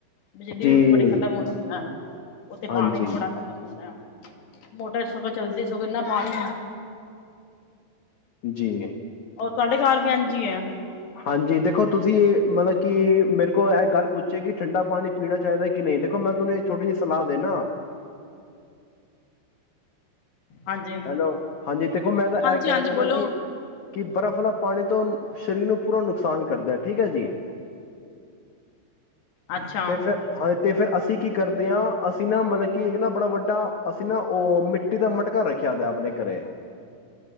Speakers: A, on the left (about 60°); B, on the left (about 80°).
A: ਬਿਜਲੀ
B: ਜੀ
A: ਬੜੀ ਖ਼ਤਮ ਹੁੰਦੀ ਆ ਉੱਥੇ
B: ਹਾਂਜੀ
A: ਪਾਣੀ ਵੀ ਬੜਾ ਖਤਮ ਹੁੰਦਾ ਮੋਟਰ ਸਗੋਂ ਚੱਲਦੀ ਸਗੋਂ ਇਨਾ ਪਾਣੀ
B: ਜੀ
A: ਉਹ ਤੁਹਾਡੇ ਘਰ ਵੀ ਇੰਝ ਹੀ ਏ
B: ਹਾਂਜੀ ਦੇਖੋ ਤੁਸੀਂ ਮਤਲਬ ਕਿ ਮੇਰੇ ਕੋਲ ਇਹ ਗੱਲ ਪੁੱਛੇ ਕਿ ਠੰਡਾ ਪਾਣੀ ਪੀਣਾ ਚਾਹੀਦਾ ਕਿ ਨਹੀਂ ਦੇਖੋ ਮੈਂ ਤੁਹਾਨੂੰ ਥੋੜ੍ਹੀ ਜਿਹੀ ਸਲਾਹ ਦੇਂਦਾ
A: ਹਾਂਜੀ
B: ਹੈਲੋ ਹਾਂਜੀ ਦੇਖੋ ਮੈਂ ਤਾਂ
A: ਹਾਂਜੀ-ਹਾਂਜੀ
B: ਐ ਕਹਿਣਾ ਚਾਹੁੰਦਾ
A: ਬੋਲੋ
B: ਕਿ ਕਿ ਬਰਫ਼ ਵਾਲਾ ਪਾਣੀ ਤੋਂ ਸਰੀਰ ਨੂੰ ਪੂਰਾ ਨੁਕਸਾਨ ਕਰਦਾ ਠੀਕ ਹੈ ਜੀ
A: ਅੱਛਾ-ਅੱਛਾ,
B: ਤੇ ਫਿਰ ਹਾਂ ਤੇ ਫੇਿਰ ਅਸੀਂ ਕੀ ਕਰਦੇ ਹਾਂ ਅਸੀਂ ਨਾ ਮਤਲਬ ਕਿ ਇੱਕ ਨਾ ਬੜਾ ਵੱਡਾ ਅਸੀਂ ਨਾ ਉਹ ਮਿੱਟੀ ਦਾ ਮਟਕਾ ਰੱਖ ਖਿਆਦ ਆਪਣੇ ਘਰੇ